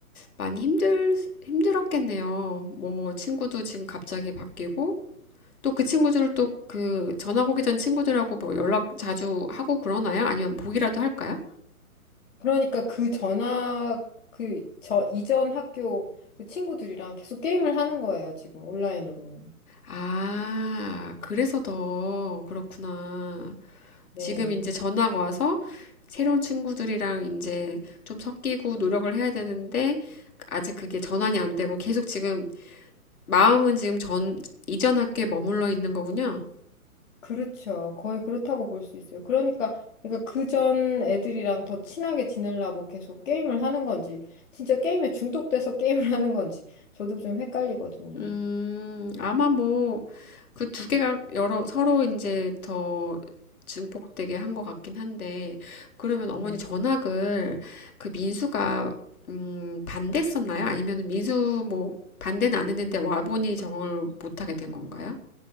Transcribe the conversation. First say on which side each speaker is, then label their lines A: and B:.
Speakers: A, on the left (about 70°); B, on the left (about 55°).
A: 많이 힘들, 힘들었겠네요. 뭐, 친구도 지금 갑자기 바뀌고, 또 그 친구들을 또 그 전학 오기 전 친구들하고 뭐 연락 자주 하고 그러나요? 아니면 보기라도 할까요?
B: 그러니까 그 전학, 그, 저 이전 학교 그 친구들이랑 계속 게임을 하는 거예요, 지금 온라인으로.
A: 아, 그래서 더 그렇구나.
B: 네.
A: 지금 이제 전학 와서 새로운 친구들이랑 이제 좀 섞이고 노력을 해야 되는데, 아직 그게 전환이 안 되고 계속 지금 마음은 지금 전, 이전 학교에 머물러 있는 거군요.
B: 그렇죠. 거의 그렇다고 볼 수 있어요. 그러니까, 그러니까 그전 애들이랑 더 친하게 지내려고 계속 게임을 하는 건지, 진짜 게임에 중독돼서 <laughs> 게임을 하는 건지, 저도 좀 헷갈리거든요.
A: 음, 아마 뭐, 그 두 개가 여러, 서로 이제 더 증폭되게 한 것 같긴 한데, 그러면 어머니
B: 네.
A: 전학을 그 민수가, 음, 반대했었나요? 아니면 민수 뭐, 반대는 안 했는데 와보니 적응을 못하게 된 건가요?